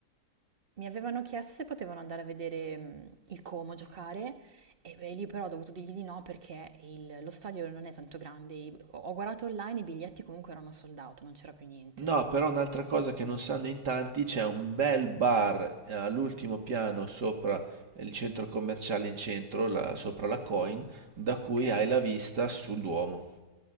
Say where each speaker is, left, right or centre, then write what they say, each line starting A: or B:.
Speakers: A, on the right; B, on the right.
A: mi avevano chiesto se potevano andare a vedere mm, il Como giocare e beh, lì però ho dovuto dirgli di no perché il- lo stadio non è tanto grande. I- Ho ho guardato online, i biglietti comunque erano sold out, non c'era più niente.
B: No, però un'altra cosa che non sanno in tanti, c'è un bel bar eh, all'ultimo piano sopra il centro commerciale in centro, la- sopra la Coin, da cui
A: Ok?
B: hai la vista sul Duomo.